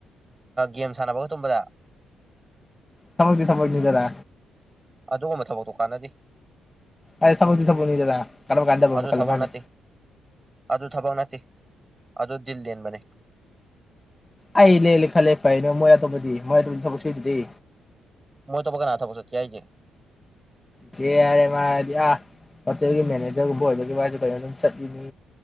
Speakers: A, on the right; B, on the left.
A: ꯒꯦꯝ ꯁꯥꯟꯅꯕ ꯇꯨꯝꯕꯗ
B: ꯊꯃꯗꯤ ꯊꯃꯣꯅꯤꯖꯔ
A: ꯑꯗꯨꯒꯨꯝꯕ ꯊꯕꯛꯇꯣ ꯀꯥꯟꯅꯗꯦ
B: ꯑꯦ ꯁꯨꯗꯤ ꯁꯨꯗ ꯀꯔ ꯀꯥꯟꯗꯕ
A: ꯑꯗꯨ
B: ꯃꯈ
A: ꯊꯕꯛ
B: ꯈꯜꯂ ꯃꯥꯅꯦ
A: ꯅꯠꯇꯦ ꯑꯗꯨ ꯊꯕꯛ ꯅꯠꯇꯦ ꯑꯗꯨ ꯗꯤꯜ ꯂꯦꯟꯕꯅꯦ
B: ꯑꯩ ꯂꯩ ꯈꯦ ꯐ ꯃꯣꯏ ꯇꯄꯗꯤ ꯃꯣꯏ ꯊꯛ ꯁꯨꯏꯗꯗꯤ
A: ꯃꯣꯏ ꯇꯣꯕꯥꯈ ꯅꯅꯥ ꯊꯕ ꯆꯀꯤ ꯌꯥꯏꯖꯦ
B: ꯁꯤꯦ ꯌꯥꯔꯦ ꯃꯥꯗꯤꯌꯥ ꯍꯣꯇꯦꯜꯒꯤ ꯃꯦꯅꯦꯖꯔꯒꯨꯝꯕ ꯑꯣꯏꯕꯒꯤ ꯋꯥꯁꯨꯦ ꯐꯖꯅ ꯑꯗꯨꯝ ꯆꯠꯂꯤꯅꯤ